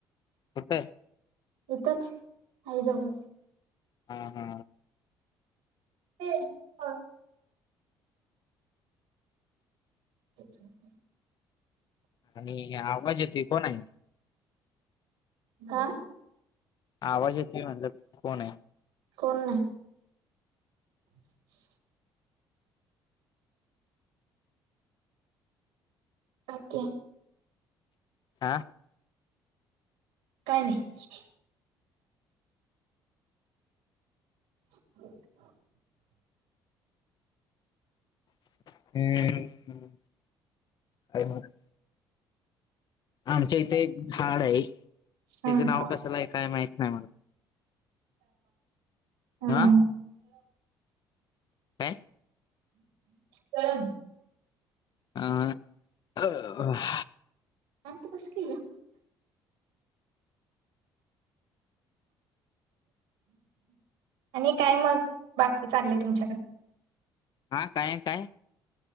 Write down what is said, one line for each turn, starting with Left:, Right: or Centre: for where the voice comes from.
Left: कुठं
Right: इथच आहे जवळ
Left: हा, हा
Right: ते हा <unintelligible>
Left: आणि आवाज येतोय कोण आहे?
Right: आ
Left: आवाज येतोय म्हणलं कोण आहे?
Right: कोण नाही <inaudible> ओके
Left: आ
Right: काय नाही <inaudible>
Left: हम्म काय मग आमच्या इथे एक झाड आहे त्याचं
Right: हम्म
Left: नाव कसला आहे काय माहित नाही मला
Right: हम
Left: हा काय?
Right: गरम
Left: अ आह
Right: आणि ते कस केलं? आणि काय मग बाकी चाललय तुमच्याकडे?
Left: हा काय, काय?